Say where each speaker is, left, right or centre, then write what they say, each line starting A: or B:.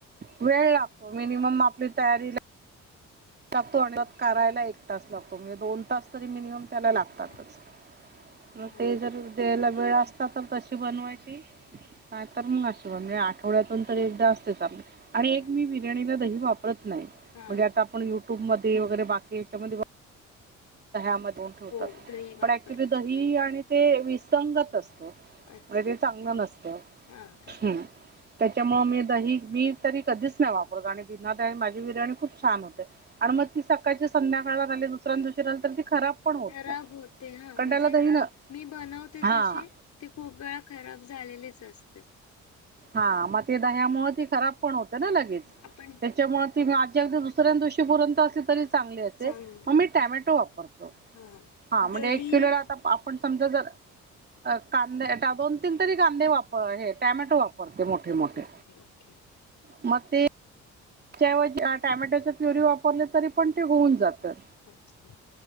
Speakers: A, on the right (about 35°); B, on the left (about 65°).
A: वेळ लागतो मिनिमम आपली तयारीला लागतो आणि करायला एक तास लागतो, म्हणजे दोन तास तरी मिनिमम त्याला लागतो. असतातचं,
B: अच्छा
A: मग
B: हो
A: ते जर द्यायला वेळ असता तर तशी बनवायची. नाही तर मग अशी बा, मी आठवड्यातून तर एकदा असतेच आपले. आणि
B: हा
A: एक
B: ना
A: मी बिर्याणीला दही वापरत नाही,
B: हा
A: म्हणजे आता युट्यूबमध्ये वगैरे बाकी याच्यामध्ये, दह्यामध्ये ठेवतात,
B: हो दही वापरत
A: पण ऍक्च्युली दही आणि ते विसंगतच. म,
B: अच्छा
A: ते चांगलं नसत.
B: हा काय
A: हम्. त्याच्यामुळे मी दही मी तरी कधीच नाही वापरत आणि बिना दही माझी बिर्याणी खूप छान होती. आणि मग ती सकाळच्या संध्याकाळला राहिली दुसऱ्या दिवशी राहीली तर ती खराब पण होत
B: खराब
A: नाही
B: होते. हा
A: कारण
B: म्हणजे
A: त्याला दही न
B: मी बनवते
A: हां
B: तशी ती खूप वेळा खराब झालेलीच असते.
A: हा मग ते दह्यामुळे ती खराब पण होते ना लगेच
B: आपण
A: त्याच्यामुळ ती मी आजी अदी दुसऱ्या दिवशी पुरयंत असली तरी, चांगली असते,
B: चांगल
A: मग मी टोमॅटो वापरतो.
B: हा
A: हा म्हणजे
B: दही
A: एक किलोला आता पण समजा जर कांदे दोन तीन तरी कांदे वापर आहे टॅमॅटो वापर. मोठे-मोठे
B: ओके ओके
A: मग ते च्या ऐवजी टॅमॅटोच्या प्युरी वापरले तरी पण ते होऊन जातात.
B: अच्छा